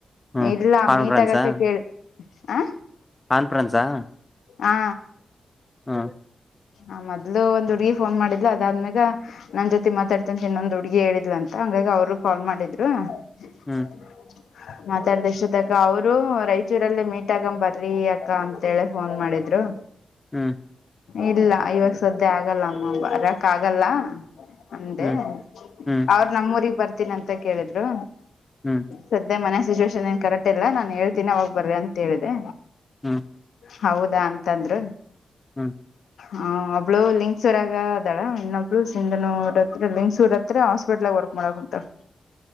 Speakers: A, on the left (about 25°); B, on the left (about 80°).
A: ಹ್ಮ್
B: ಇಲ್ಲ
A: ಕಾನ್ಫರೆನ್ಸಾ
B: ಮೀಟ್ ಆಗಕ್ ಕೇಳಿ ಆ
A: ಕಾನ್ಫರೆನ್ಸ್ ಆ
B: ಹಾ
A: ಹಾ
B: ಆ ಮೊದ್ಲು ಒಂದ್ ಹುಡ್ಗಿ ಫೋನ್ ಮಾಡಿದಿಲ್ಲ ಅದಾದ್ಮ್ಯಾಗ ನನ್ ಜೊತೆ ಮಾತಾಡ್ತನ್ ಇನ್ನೊಂದು ಹುಡ್ಗಿ ಹೇಳಿದ್ಲು ಅಂತ ಹಂಗಾಗಿ ಅವರು ಕಾಲ್ ಮಾಡಿದ್ರು
A: ಹ್ಮ್
B: <unintelligible> ಮಾತಾಡ್ದ ಇಷ್ಟೋತಕ್ಕ ಅವರು ರಾಯಚೂರಲ್ಲೇ ಮೀಟ್ ಅಗಮ್ ಬರ್ರಿ ಅಕ್ಕ ಅಂತ ಹೇಳಿ ಫೋನ್ ಮಾಡಿದ್ರು.
A: ಹ್ಞ.
B: ಇಲ್ಲ ಇವಾಗ ಸದ್ಯ ಆಗಲ್ಲ ಅಮ್ಮ ಬರಕ್ ಆಗಲ್ಲ. ಅಂದೆ
A: ಹ್ಮ್ ಹ್ಮ್
B: ಅವ್ರ ನಮ್ಮೂರಿಗ್ ಬರ್ತೀನಿ ಅಂತ ಕೇಳಿದ್ರು.
A: ಹ್ಮ್.
B: ಸದ್ಯ ಮನೆ ಸಿಚುವೇೇಶನ್ಏನ್ ಕರೆಟ್ ಇಲ್ಲ ನಾನ್ ಹೇಳ್ತೀನಿ ಅವಾಗ ಬರ್ರಿ ಅಂತ ಹೇಳ್ದೆ.
A: ಹ್ಮ್
B: ಹೌದಾ ಅಂತಂದ್ರು.
A: ಹ್ಮ್.
B: ಹ್ ಒಬ್ಳು ಲಿಂಗಸೂರಾಗ ಅದಾಳ ಇನ್ನೊಬ್ಳು ಸಿಂಧನೂರ ಹತ್ರ ಲಿಂಗಸೂರ್ ಹತ್ರ. ಹಾಸ್ಪಿಟಲ್ ವರ್ಕ್ ಮಾಡಕ ಕುಂತಲ.